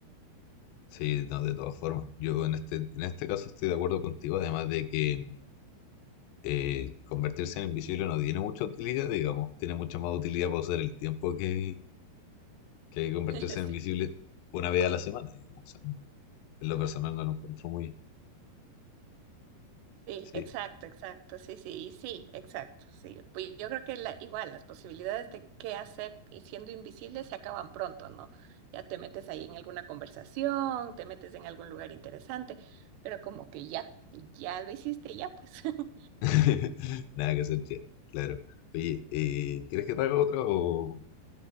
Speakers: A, on the left; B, on the right.
A: Sí, no, de todas formas. Yo en este, en este caso estoy de acuerdo contigo, además de que eh, convertirse en invisible no tiene mucha utilidad, digamos. Tiene mucha más utilidad pausar el tiempo que, que convertirse
B: <laughs> Sí.
A: en invisible una vez a la semana, digamos. O sea, no- en lo personal no lo encuentro muy...
B: Sí,
A: Sí.
B: exacto, exacto, sí, sí, y sí, exacto, sí. Pues yo creo que la, igual las posibilidades de qué hacer y siendo invisible se acaban pronto, ¿no? Ya te metes ahí en alguna conversación, te metes en algún lugar interesante, pero como que ya, ya lo hiciste, ya pues. <laughs>
A: <laughs> Nada que hacer, tía. Claro. Oye, eh, ¿quieres que te haga otra o...?